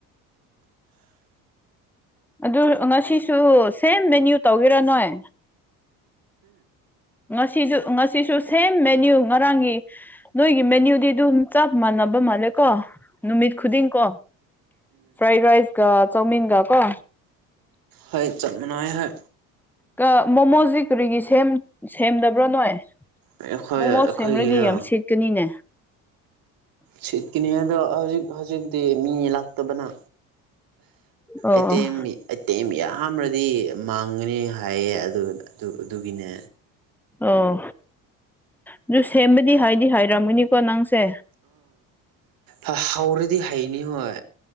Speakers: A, in the centre; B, on the right (about 65°).
A: ꯑꯗꯨꯔ ꯉꯁꯤꯁꯨ ꯁꯦꯝ ꯃꯦꯅ꯭ꯌꯨ ꯇꯧꯒꯦꯔꯥ ꯅꯣꯏ ꯉꯁꯤꯁꯨ-ꯉꯁꯤꯁꯨ ꯁꯦꯝ ꯃꯦꯅ꯭ꯌꯨ ꯉꯔꯥꯡꯒꯤ ꯅꯣꯏꯒꯤ ꯃꯦꯅ꯭ꯌꯨꯗꯤ ꯑꯗꯨꯝ ꯆꯞ ꯃꯥꯟꯅꯕ ꯃꯥꯜꯂꯦꯀꯣ ꯅꯨꯃꯤꯠ ꯈꯨꯗꯤꯡ ꯀꯣ꯫ ꯐ꯭ꯔꯥꯏ ꯔꯥꯏꯁꯀꯤ ꯆꯧ ꯃꯤꯟꯒ ꯀꯣ
B: ꯍꯣꯏ ꯆꯞ ꯃꯅꯥꯏ ꯍꯣꯏ
A: ꯀꯤ ꯃꯣꯃꯣꯖꯤ ꯀꯔꯤꯒꯤ ꯁꯦꯝ-ꯁꯦꯝꯗꯕ꯭ꯔꯥ ꯅꯣꯏ
B: ꯑꯩꯈꯣꯏ
A: ꯃꯣꯃꯣ
B: ꯑꯩꯈꯣꯏꯒꯤꯗ
A: ꯁꯦꯝꯔꯗꯤ ꯌꯥꯝ ꯁꯤꯠꯀꯅꯤꯅꯦ
B: ꯁꯤꯠꯀꯤꯅꯤꯗꯣ ꯍꯧꯖꯤꯛ ꯍꯧꯖꯤꯛꯇꯤ ꯃꯤ ꯂꯥꯛꯇꯕꯅ꯫
A: ꯑꯣ
B: ꯑꯦꯇ ꯑꯇꯦꯝ ꯌꯥꯝ꯭ꯔꯗꯤ ꯃꯥꯡꯒꯅꯤ ꯍꯥꯏꯌꯦ ꯑꯗꯨ ꯑꯗꯨꯒꯤꯅꯦ
A: ꯑꯣ ꯑꯗꯨ ꯁꯦꯝꯕꯗꯤ ꯍꯥꯏꯗꯤ ꯍꯥꯏꯔꯝꯒꯅꯤꯀꯣ ꯅꯪꯁꯦ
B: ꯍ ꯍꯧꯔꯗꯤ ꯍꯩꯅꯤ ꯍꯣꯏ